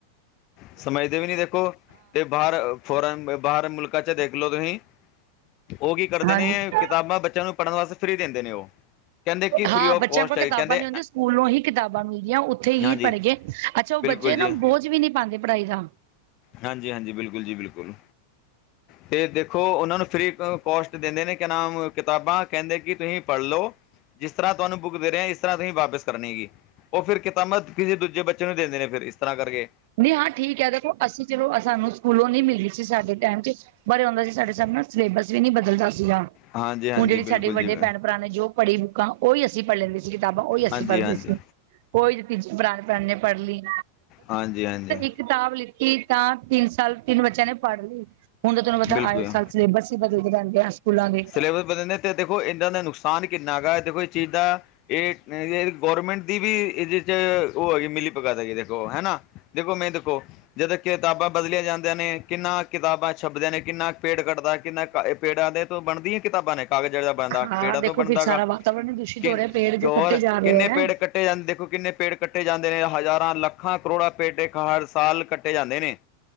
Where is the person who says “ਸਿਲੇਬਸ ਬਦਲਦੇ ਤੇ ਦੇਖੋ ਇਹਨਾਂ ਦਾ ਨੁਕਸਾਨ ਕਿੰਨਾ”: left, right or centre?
Left